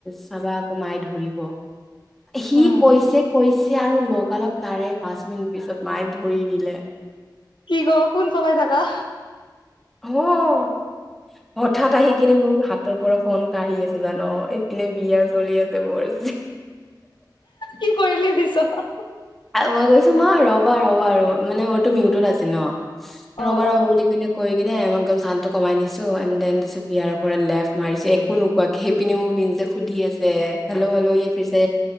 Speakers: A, in the centre; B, on the left.
A: চাবা আকৌ মাই ধৰিব। সি
B: উম
A: কৈছে-কৈছে। আৰু লগালক তাৰে পাঁচ মিনিট পিছত মায়ে ধৰি দিলে।
B: কি কৰো ফোন চলাই থাকা।
A: অ' হঠাৎ আহি কিনে মোৰ হাতৰ পৰা ফোন কাঢ়ি আছে জান এইপিনে বিয়াৰ চলি আছে। বৰ
B: কি কৰিলে পিছত
A: মই গৈছো মই ৰবা-ৰবা ৰ মানে মোৰতো মিউটত আছিল ন। ৰবা-ৰবা
B: অ অ
A: বুলি কিনে কৈ, স কিনে মই একদম চাওন টো কমাই দিছো। এন দেন তাৰপিছত বিয়াৰৰ পৰা লেফ মাৰিছো একো নোকোৱাকে সেইপিনে মোক বিন যে সুধি আছে। হেল্লো-হেল্লো, ই ফিছে